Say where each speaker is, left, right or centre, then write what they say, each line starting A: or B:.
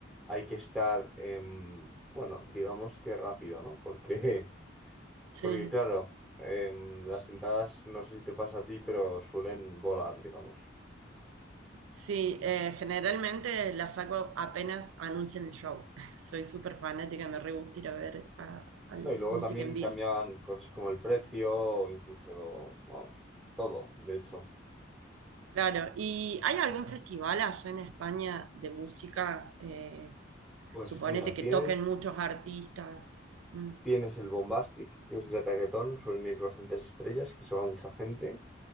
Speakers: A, in the centre; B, on the right (about 85°).
A: hay que estar, em, bueno, digamos que rápido, ¿no? Porque, <laughs>
B: Sí,
A: porque claro, em, las entradas, no sé si te pasa a ti, pero suelen volar, digamos.
B: sí, eh, generalmente las saco apenas anuncian el show. <laughs> Soy súper fanática, me re gusta ir a ver a, al
A: No, y luego
B: música
A: también
B: en vivo.
A: cambian cosas como el precio, incluso lo, vamos, todo, de hecho.
B: Claro, ¿y hay algún festival allá en España de música? Eh,
A: Pues
B: suponete
A: mira,
B: que
A: tienes,
B: toquen muchos artistas. Mm.
A: tienes el Bombastic, que es de reggaetón, suelen ir bastantes estrellas, que se va mucha gente.